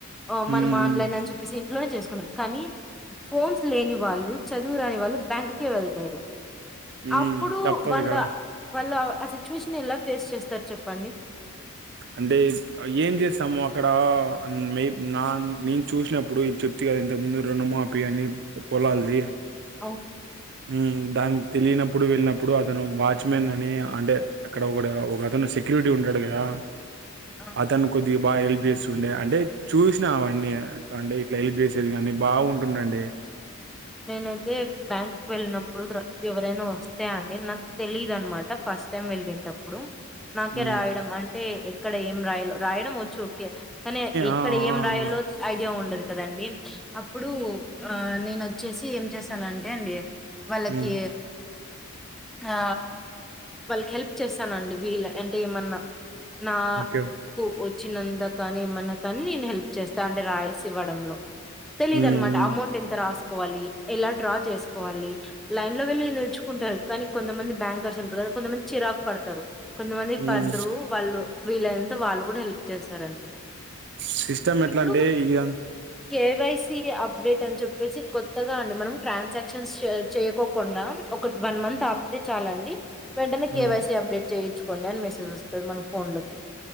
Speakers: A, in the centre; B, on the right.
A: ఓ
B: హ్మ్.
A: మనం ఆన్లైన్ అని చెప్పేసి ఇంట్లోనే చేస్ కానీ ఫోన్స్ లేని వాళ్ళు చదువు రాని వాళ్ళు బ్యాంక్ కే వెళ్తారు
B: హ్మ్.
A: అప్పుడు
B: తప్పదుగా.
A: వాళ్ళ వాళ్ళ ఆ సిచ్యువేషన్ ఎలా ఫేస్ చేస్తారు చెప్పండి
B: అంటే ఏం జేసాము అక్కడ మేబ్ నా నేను చూసినప్పుడు చెప్తీ కదా ఇంతకు ముందు రుణమాపి అని పొలాల్ది
A: అవును
B: ఊమ్ దానికి తెలియనప్పుడు వెళ్ళినప్పుడు అతను వాచ్మెన్ అని అంటే అక్కడ ఒకడ ఒకతను సెక్యూరిటీ ఉంటాడు కదా
A: ఆ!
B: అతను కొద్ది బా ఏల్ప్స్ వుండే అంటే చూసినా అవన్నీ అంటే ఇట్లా ఎల్ప్ చేసేది కానీ బాగుంటుండే
A: నేనైతే బ్యాంక్కి వెళ్ళినప్పుడు ఎవరైనా వస్తే అండి నాకు తెలిదు అనమాట ఫస్ట్ టైం వెళ్లేటప్పుడు నాకే
B: హ్మ్.
A: రాయడం అంటే మేమిటి టీ ఇక్కడ ఏం రాయలో రాయడం వచ్చు కే కానీ ఎక్కడ
B: ఆ!
A: ఏం
B: ఆ!
A: రాయాలో
B: ఆ!
A: ఐడియా ఉండదు కదండి అప్పుడు ఆ నేనో చ్చసి ఏం చేసనంటే అండి వాళ్ళకి
B: హ్మ్.
A: ఆ వాళ్ళకి హెల్ప్ చేసనండి వీళ్ళ అంటే ఏమన్నా నా
B: ఓకే.
A: కు వ చిన్నంద కానీ ఏమన్నా కానీ నేను హెల్ప్ చేస్తా అంటే రాయస్ ఇవ్వడంలో తెలిద
B: హ్మ్.
A: అనమాట
B: హ్మ్.
A: అమౌంట్ ఎంత రాస్ వాలి ఎలా డ్రా చేసుకోవాలి లైన్ లో వెళ్ళి నిలుచుకుంటారు కానీ కొంతమంది బ్యాంకర్స్ ఉంటారు కొంతమంది చిరాకు పడతారు కొంచమంది
B: ఉమ్
A: పడ్రు వాళ్ళు లు వీళ్ళంత వాళ్ళు కూడా హెల్ప్ చేస్తారండి
B: సిస్టమ్ ఎట్లా
A: ఇప్పుడు
B: అంటే ఇద
A: కేవైసి అప్డేట్ అని చెప్పేసి కొత్తగా అండి మనం ట్రాన్సాక్షన్స్ చేయకోకుండా ఒక వన్ మంత్ ఆపితే చాలండి వెంటనే కేవైసీ
B: ఉమ్
A: అప్డేట్ చేయయిొుచు కొండ అని మెసేజ్ వస్తారు మన ఫోన్ లోకి